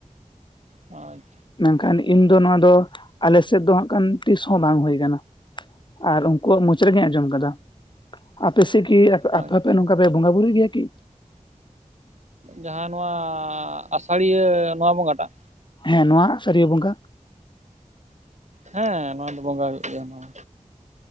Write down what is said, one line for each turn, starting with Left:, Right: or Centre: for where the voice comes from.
Right: ᱚ <inaudible>
Left: ᱢᱮᱱᱠᱷᱟᱱ ᱤᱧ ᱫᱚ ᱱᱚᱣᱟ ᱫᱚ, ᱟᱞᱮ ᱥᱮᱫ ᱫᱚ ᱦᱟᱸᱜ ᱠᱷᱟᱱ ᱛᱤᱥ ᱦᱚᱸ ᱵᱟᱝ ᱦᱩᱭ ᱠᱟᱱᱟ ᱾ ᱟᱨ ᱠᱚᱣᱟᱜ ᱢᱚᱪᱟ ᱨᱮᱜᱤᱧ ᱟᱸᱡᱚᱢ ᱠᱟᱫᱟ ᱾ ᱟᱯᱮ ᱥᱮᱡ ᱠᱤ
Right: ᱦᱮᱸ
Left: ᱟᱯᱮ ᱯᱮ ᱱᱚᱝᱠᱟ ᱯᱮ ᱵᱚᱸᱜᱟ ᱵᱩᱨᱩᱭ ᱜᱮᱭᱟ ᱠᱤ?
Right: ᱡᱟᱦᱟᱸ ᱱᱚᱣᱟ ᱟᱥᱟᱲᱤᱭᱟᱹ ᱱᱚᱣᱟ ᱵᱚᱸᱜᱟᱴᱟᱜ?
Left: ᱦᱮᱸ ᱱᱚᱣᱟ ᱥᱟᱹᱨᱤᱭᱟᱹ ᱵᱚᱸᱜᱟ
Right: ᱦᱮᱸ ᱱᱚᱣᱟ ᱫᱚ ᱵᱚᱸᱜᱟ ᱦᱩᱭᱩᱜ ᱜᱮᱭᱟ ᱱᱚᱣᱟ